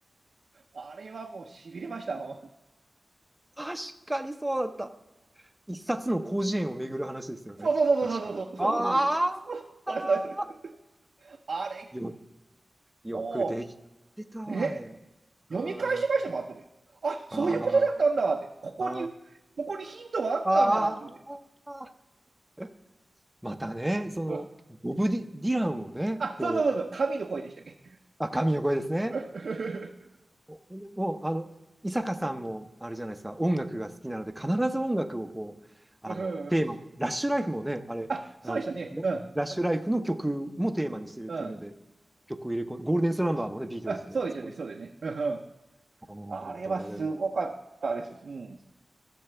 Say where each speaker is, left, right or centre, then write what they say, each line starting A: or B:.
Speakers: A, on the right; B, in the centre.
A: あれはもう痺れましたもん。
B: 確かにそうだった。一冊の広辞苑を巡る話ですよね。
A: そうそうそうそうそうそうそうそうそうそれそれそれ
B: 確か。ああ、
A: あれ
B: よ、よくできてたわ、
A: もうね
B: あれ。あ
A: 読み返しましたもん後であそういうことだったんだってここに
B: あ、ああ、
A: ここにヒントがあったんだって思って、
B: ああ。ああ、<laughs> またね、その、
A: うん、
B: ボブ・ディディランをね、
A: あそうそうそうそう神の声でしたっけ
B: こう、あ、神の声ですね。
A: <laughs>
B: おもう、あの、伊坂さんも、あれじゃないですか、音楽が好きなので、必ず音楽をこう、あの、
A: うん
B: テーマで、ラッシュライフもね、あれ、
A: あそうでしたねうん
B: あの、ラッシュライフの曲もテーマにしてるっていうので、
A: うん
B: 曲を入れ込ん、ゴールデンスランバーもね、ビートルズで、
A: あそうでしたねそうですね、
B: すごい
A: うんうん、
B: ほんと、
A: あれはすごかったです、
B: どれも。
A: うん